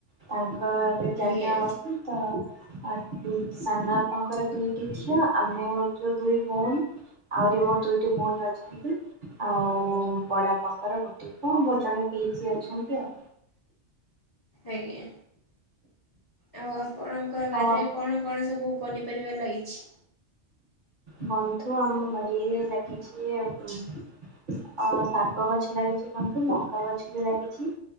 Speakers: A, on the right (about 50°); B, on the left (about 30°).
A: ତାଙ୍କରେ ଚାରିଟା
B: ଆଜ୍ଞା
A: ବାପା ତା ଆଉ ଉଁ ସାନ ବାପାଙ୍କର ଦୁଇଟି ଝିଅ ଆମେ ହଉଚୁ ଦୁଇ ଭଉଣୀ। ଆଉରି ମୋର ଦୁଇଟି ଭଉଣୀ ଅଛନ୍ତି। ଆଉ ବଡାଅପାଙ୍କର ଗୋଟିଏ ପୁଅ ମୋର ଜଣେ ପିଇସୀ ଅଛନ୍ତି ଆଉ।
B: ଆଜ୍ଞା। ଆଉ ଆପଣଙ୍କର ବାରିରେ
A: ଆଉ
B: କଣ କଣ ସବୁ ପନିପରିବା ଲାଗିଛି?
A: ବନ୍ଧୁ ଆମ ବାଡିରେ ଲାଗିଛି ଉମ୍ ଆଉ ଶାଗ ଗଛ ଲାଗିଛି ବନ୍ଧୁ ଲଙ୍କା ଗଛ ବି ଲାଗିଛି।